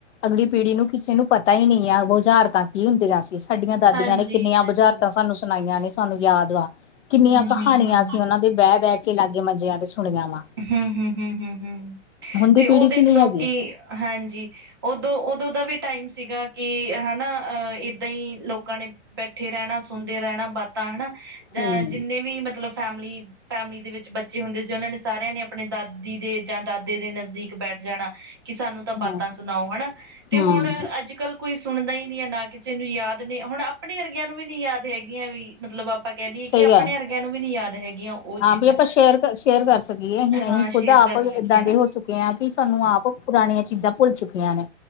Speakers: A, on the left (about 80°); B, on the right (about 20°).
A: ਅਗਲੀ ਪੀੜ੍ਹੀ ਨੂੰ ਕਿਸੇ ਨੂੰ ਪਤਾ ਹੀ ਨਹੀਂ ਹੈ ਬੁਝਾਰਤਾਂ ਕੀ ਹੁੰਦੀਆਂ ਸੀ। ਸਾਡੀਆਂ ਦਾਦੀਆਂ
B: ਹਾਂਜੀ
A: ਨੇ ਕਿੰਨੀਆਂ
B: ਹਾਂਜੀ
A: ਬੁਝਾਰਤਾਂ ਸਾਨੂੰ ਸੁਣਾਈਆਂ ਨੇ ਸਾਨੂੰ ਯਾਦ ਵਾ। ਕਿੰਨੀਆਂ
B: ਹਮ
A: ਕਹਾਣੀਆਂ
B: ਹਮ ਹਮ
A: ਅਸੀਂ ਉਹਨਾਂ ਦੇ ਬਹਿ ਬਹਿ ਕੇ ਲਾਗੇ ਮੰਜਿਆਂ ਤੇ ਸੁਣਿਆ ਵਾ।
B: ਹੂੰ ਹੂੰ ਹੂੰ ਹੂੰ
A: ਹੁਣ ਦੀ
B: ਤੇ
A: ਪੀੜ੍ਹੀ
B: ਉਹ
A: ਚ
B: ਦੇਖਲੋ
A: ਨਹੀਂ ਹੈਗੀ।
B: ਕਿ ਹਾਂਜੀ। ਉਦੋਂ ਉਦੋਂ ਦਾ ਵੀ ਟਾਈਮ ਸੀਗਾ ਕਿ ਹੈਨਾ ਅਹ ਏਦਾਂ ਹੀ ਲੋਕਾਂ ਨੇ। ਬੈਠੇ ਰਹਿਣਾ ਸੁਣਦੇ ਰਹਿਣਾ ਬਾਤਾਂ ਹਨਾ। ਜਾਂ
A: ਹੂੰ,
B: ਜਿੰਨੇ ਵੀ ਮਤਲਬ ਫੈਮਿਲੀ-ਫੈਮਿਲੀ ਦੇ ਵਿੱਚ ਬੱਚੇ ਹੁੰਦੇ ਸੀ, ਉਹਨਾਂ ਨੇ ਸਾਰਿਆਂ ਨੇ ਆਪਣੇ ਦਾਦੀ ਦੇ ਜਾਂ ਦਾਦੇ ਦੇ ਨਜ਼ਦੀਕ ਬੈਠ ਜਾਣਾ। ਕਿ ਸਾਨੂੰ ਤਾਂ ਬਾਤਾਂ
A: ਹੂੰ,
B: ਸੁਣਾਓ, ਹਨਾ ਤੇ
A: ਹੂੰ
B: ਹੁਣ ਅੱਜ ਕੱਲ੍ਹ, ਕੋਈ ਸੁਣਦਾ ਹੀ ਨਹੀ ਹੈ ਨਾ ਕਿਸੇ ਨੂੰ ਯਾਦ ਨਹੀਂ ਹੁਣ ਆਪਣੇ ਵਰਗਿਆਂ ਨੂੰ ਵੀ ਨੀ ਯਾਦ ਹੈਗੀਆਂ ਵੀ। ਮਤਲਬ ਆਪਾਂ ਕਹਿ ਦਈਏ,
A: ਸਹੀ
B: ਕਿ ਆਪਣੇ
A: ਗੱਲ।
B: ਅਰਗਿਆਂ ਨੂੰ ਵੀ ਨੀ ਯਾਦ ਹੈਗੀਆਂ ਉਹ
A: ਹਾਂ
B: ਚੀਜ਼ਾਂ
A: ਵੀ ਆਪਾਂ ਸ਼ੇਰ, ਸ਼ੇਅਰ ਕਰ ਸਕੀਏ
B: ਹਾਂ
A: ਅਸੀਂ ਖੁਦ
B: ਸ਼ੇਅਰ
A: ਆਪ
B: ਕਰ
A: ਏਦਾਂ
B: ਸਕੀਏ ਨਾ
A: ਦੇ ਹੋ ਚੁੱਕੇ ਹਾਂ ਕਿ, ਸਾਨੂੰ ਆਪ ਪੁਰਾਣੀਆਂ ਚੀਜ਼ਾਂ। ਭੁੱਲ ਚੁੱਕੀਆਂ ਨੇ,